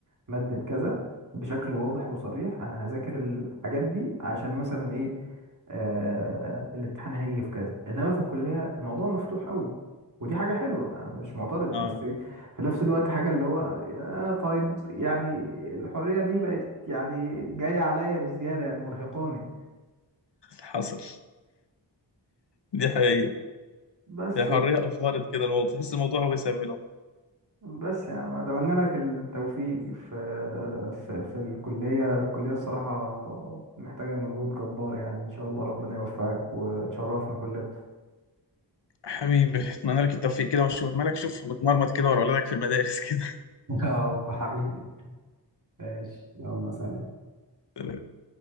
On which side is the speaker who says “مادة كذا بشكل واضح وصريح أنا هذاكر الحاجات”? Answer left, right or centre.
Right